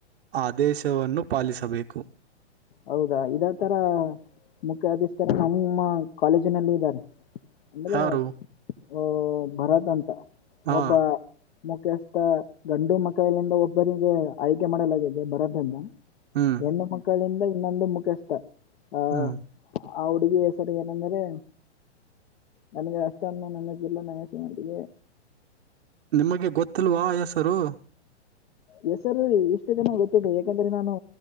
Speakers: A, on the right; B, on the left.
A: ಆದೇಶವನ್ನು ಪಾಲಿಸಬೇಕು
B: ಹೌದಾ ಇದ ತರ ಮುಖ್ಯ ಅಧಿಸ್ತಾರೆ ನಮ್ಮ ಕಾಲೇಜಿನಲ್ಲಿ ಇದ್ದಾರೆ ಅಂದ್ರೆ
A: ಯಾರು
B: ಓ ಭರತ್ ಅಂತ
A: ಹಾ
B: ಒಬ್ಬ ಮುಖ್ಯಸ್ಥ ಗಂಡು ಮಕ್ಕಳಲ್ಲಿದ ಒಬ್ಬರಿಗೆ ಆಯ್ಕೆ ಮಾಡಲಾಗಿದೆ ಬರದಂದ
A: ಹ್ಮ್
B: ಹೆಣ್ಣು ಮಕ್ಕಳಿಂದ ಇನ್ನೊಂದು ಮುಖ್ಯಸ್ಥ ಆ
A: ಹ್ಮ್
B: ಆ ಹುಡ್ಗಿ ಹೆಸರ್ ಏನಂದ್ರೆ ನನ್ಗೆ ಅಷ್ಟ ಅನ್ನು ನನ್ನ ಪಿಲ್ಲ ನನ ಸಿಮಂಟ್ಿಗೆ
A: ನಿಮಗೆ ಗೊತ್ತಿಲ್ವಾ ಹೆಸರು
B: ಹೆಸರು ಇಷ್ಟು ಜನ ಗೊತ್ತಿದೆ ಯಾಕಂದ್ರೆ ನಾನು